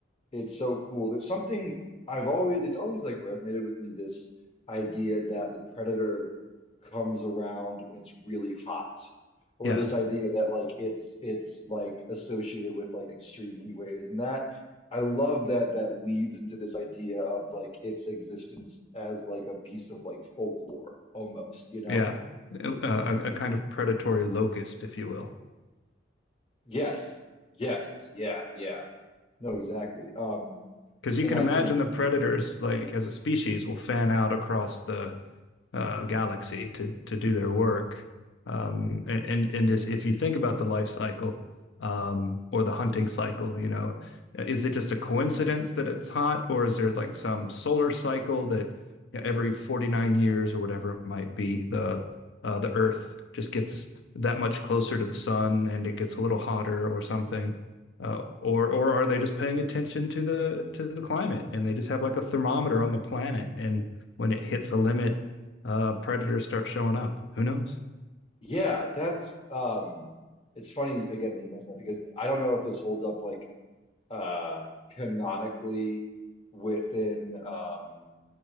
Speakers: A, on the left; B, on the left.
A: It's so cool. There's something I've always, it's always like resonated with me this idea that the predator comes around when it's really hot, or
B: Yeah,
A: this idea that like it's it's like associated with like extreme heat waves, and that I love that that weaves into this idea of like its existence as like a piece of like folklore almost, you know?
B: yeah, a, a, a kind of predatory locust, if you will,
A: Yes, yes, yeah, yeah. No, exactly. Um,
B: because you
A: and
B: can
A: I
B: imagine
A: think.
B: the predators, like as a species, will fan out across the uh, galaxy to to do their work. Um, and, and just if you think about the life cycle um, or the hunting cycle, you know, is it just a coincidence that it's hot, or is there like some solar cycle that you know, every 49 years or whatever it might be, the uh, the Earth just gets that much closer to the sun and it gets a little hotter or something? Uh, or or are they just paying attention to the to the climate and they just have like a thermometer on the planet and when it hits a limit uh, predators start showing up. Who knows?
A: Yeah, that's um it's funny again that you mentioned that because I don't know if this holds up like uh canonically within um